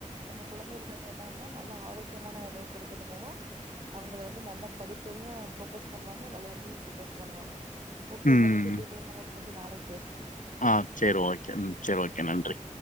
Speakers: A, on the right (about 40°); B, on the left (about 75°).
A: நம்ம குழந்தைக வந்து என்னன்னா நல்ல ஆரோக்கியமான உணவு கொடுக்கறது மூலோ அவுங்கள வந்து நல்ல படிப்பையு ஃபோகஸ் பண்ணுவாங்க வெளையாட்டையு ஃபோகஸ் பண்ணுவாங்க ஓகே
B: ம்
A: இத பத்தி டீட்டைலா நம்ம இன்னு முடிஞ்சா நாளைக்
B: ஆ சேரி ஓகே ம் சேரி ஓகே நன்றி